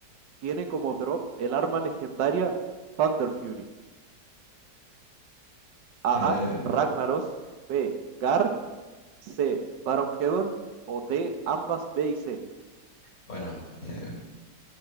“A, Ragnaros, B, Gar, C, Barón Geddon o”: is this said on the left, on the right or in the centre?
Right